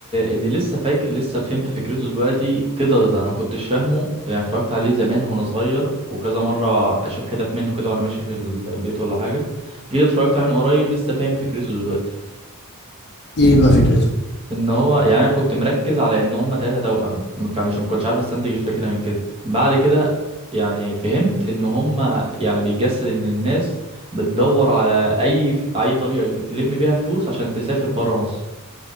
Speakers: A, on the right (about 25°); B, on the left (about 50°).
A: اللي لسه فاك لسه فهمت فكرته دلوقتي كده رضا انا ما كنتش فاهمه يعني اتفرجت عليه زمان وانا صغير وكذا مره اشوف حتت منه كده وانا ماشي في البيت ولا حاجه جيت اتفرجت عليه من قريب لسه فاهم فكرته دلوقتي
B: ايه بقى فكرته
A: ان هو يعني انا كنت مركز على ان هما تلاتة توأم فمش ما كنتش عارف استنتج الفكرة من كده بعد كده يعني فهمت ان هما يعني بيتجسد ان الناس بتدور على اي اي طريقة تلم بيها فلوس عشان تسافر برا مصر